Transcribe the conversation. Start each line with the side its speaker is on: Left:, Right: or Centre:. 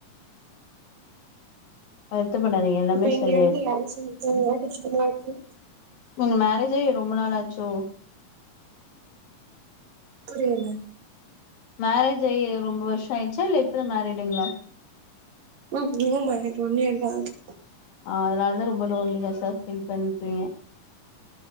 Left: வருத்தப்படாதீங்க எல்லாமே
Right: இப்ப இங்க
Left: சரியாயிரு
Right: வந்து யாரு செஞ்சு தரல கஷ்டமா இருக்கு
Left: ஒங்க மேரேஜ் ஆகி ரொம்ப நாளாச்சோ
Right: புரியல
Left: மேரேஜ் ஆயி ரொம்ப வருஷோ ஆச்சா ச இல்ல இப்பதா மேறிடுங்களா
Right: ம் நியூமேரீட் ஒன் இயர் தா ஆகுது
Left: ஆ அதனாலதா ரொம்ப லோல்லினெசா திங் பண்றீங்க